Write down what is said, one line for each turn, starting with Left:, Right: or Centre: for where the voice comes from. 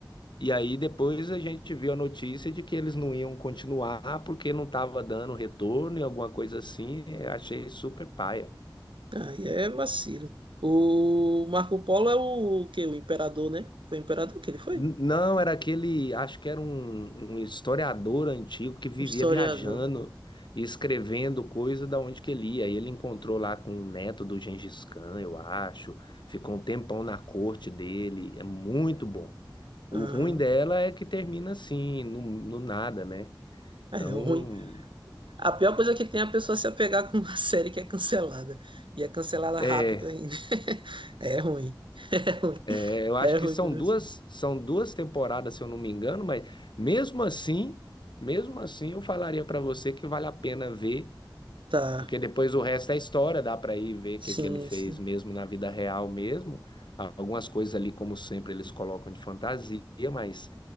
Left: E aí depois a gente viu a notícia de que eles não iam continuar porque não estava dando retorno e alguma coisa assim. Eu Achei super paia.
Right: Aí é vacilo. O Marco Polo é o, que O imperador, né? Foi imperador que ele foi?
Left: N- Não, era aquele, acho que era um, um historiador antigo que vivia
Right: O historiador.
Left: viajando e escrevendo coisa da onde que ele ia. E ele encontrou lá com o neto do Gengis Khan, eu acho. Ficou um tempão na corte dele. É muito bom. O
Right: Aham.
Left: ruim dela é que termina assim, no, no nada, né?
Right: É
Left: Então,
Right: é ruim. A pior coisa é que tem é a pessoa se apegar com uma <laughs> série que é cancelada. E é cancelada
Left: é,
Right: rápido ainda. <laughs> É ruim. É ruim.
Left: É, eu acho
Right: É
Left: que
Right: ruim
Left: são
Right: quando
Left: duas,
Right: é assim.
Left: são duas temporadas, se eu não me engano, mas mesmo assim, mesmo assim, eu falaria para você que vale a pena ver
Right: Tá.
Left: porque depois o resto é história, dá para ir ver
Right: Sim,
Left: o que que ele fez
Right: sim.
Left: mesmo na vida real mesmo. Algumas coisas ali, como sempre, eles colocam de fantasia, mas